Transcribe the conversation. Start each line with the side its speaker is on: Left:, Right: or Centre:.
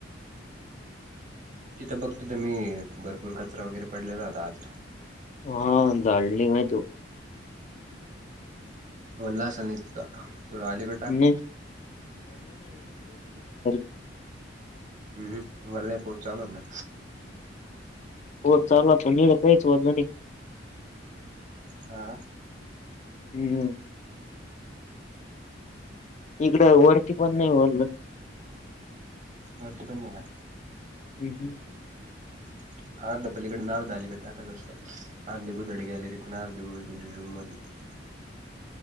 Right: तिथं बघतो तर, मी भरपूर कचरा वगैरे पडलेला होता आज.
Left: हा झाडली नाही तो.
Right: वल्ल‌ आसंल तो आलीकडे.
Left: नाही <unintelligible>
Right: हम्म भले पोट चाललं ना.
Left: <unintelligible>
Right: हा.
Left: हम्. इकडं वरती पण नाही म्हणलं.
Right: वरती पण नाही काय.
Left: अम हम.
Right: <unintelligible>